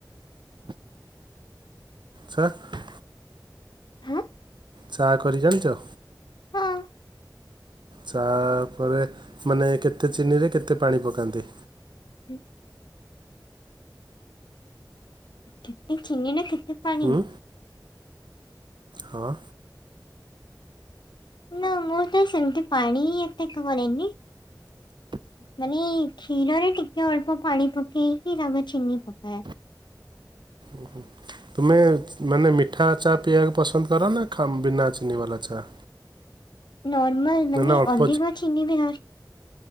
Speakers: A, on the right; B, on the left.
A: ସାତ <inaudible>
B: ହଁ <inaudible>
A: ଚା କରି ଜାଣିଛ?
B: ହଁ
A: ଚାପରେ ମାନେ କେତେ ଚିନିରେ କେତେ ପାଣି ପକାନ୍ତି?
B: ହୁଁ କେତେ ଚିନି ନା କେତେ ପାଣି
A: ହୁଁ ହଁ।
B: ନା ମୋର ତ ସେମିତି ପାଣି ଏତେ କରେନି। ମାନେ କ୍ଷୀରରେ ଟିକେ ଅଳ୍ପ ପାଣି ପକେଇକି ତାପରେ ଚିନି ପକାଏ।
A: ହୁଁ ହୁଁ। ତୁମେ ମାନେ ମିଠା ଚା ପିଇବାକୁ ପସନ୍ଦ କରନା ବିନା ଚିନି ବାଲା ଚା?
B: ନର୍ମାଲ
A: ନା
B: ମାନେ
A: ନା ଅଳ୍ପ
B: ଅଧିକ ଚିନି ବି ନ